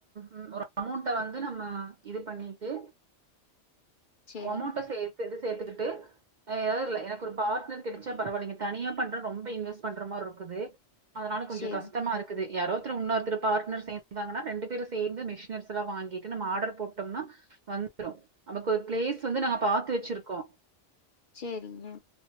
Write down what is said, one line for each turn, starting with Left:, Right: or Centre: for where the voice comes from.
Right: ம் ஒரு அமௌண்ட்ட வந்து நம்ம இதுப் பண்ணிட்டு
Left: சேரிங்
Right: அமௌண்ட்ட சே து எது சேத்துகிட்டு அ எதாதுர்ல எனக்கு ஒரு பார்ட்னர் கெடச்சா பரவால்லிங்க தனியாப் பண்ற ரொம்ப இன்வெஸ்ட் பண்ற மார்ருக்குது அதனால கொஞ்சோ
Left: சேரிங்
Right: கஷ்டமாருக் இக்குது யாரோர்த்ரு இன்னோர்த்துரு பார்ட்னர் சேந்தாங்கனா ரெண்டு பேரு சேர்ந்து மிஷினர்ஸ்லா வாங்கிட்டு நம்ம ஆர்டர் போட்டோம்னா வந்ரு நமக்கு ஒரு பிளேஸ் வந்து நாங்க பாத்து வச்சிருக்கோ
Left: சேரிங்க